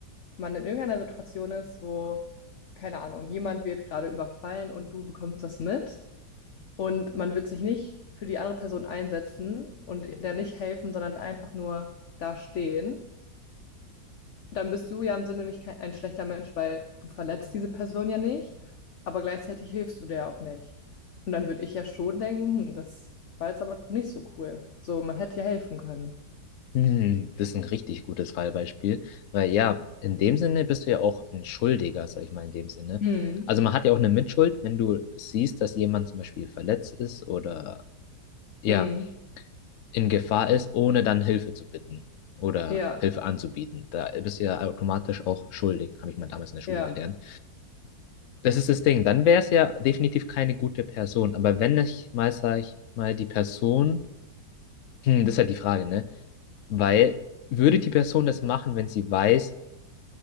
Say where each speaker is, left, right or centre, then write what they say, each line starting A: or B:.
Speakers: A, on the left; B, on the left.
A: man in irgendeiner Situation ist, wo, keine Ahnung, jemand wird gerade überfallen und du bekommst das mit und man wird sich nicht für die andere Person einsetzen und der nicht helfen, sondern einfach nur da stehen. dann bist du ja im Sinne nicht kein, ein schlechter Mensch, weil du verletzt diese Person ja nicht, aber gleichzeitig hilfst du der auch nicht. Und dann würde ich ja schon denken, hm, das war jetzt aber nicht so cool. So, man hätte ja helfen können.
B: Hm, das ist ein richtig gutes Fallbeispiel, weil ja, in dem Sinne bist du ja auch ein Schuldiger, sag ich mal, in dem Sinne.
A: Hm,
B: Also man hat ja auch eine Mitschuld, wenn du siehst, dass jemand zum Beispiel verletzt ist oder ja,
A: hm,
B: in Gefahr ist, ohne dann Hilfe zu bitten oder
A: ja,
B: Hilfe anzubieten. Da bist du ja automatisch auch schuldig, habe ich mal damals in der Schule
A: ja.
B: gelernt. Das ist das Ding, dann wäre es ja definitiv keine gute Person, aber wenn ich mal, sag ich mal, die Person, hm, das ist halt die Frage, ne? Weil würde die Person das machen, wenn sie weiß,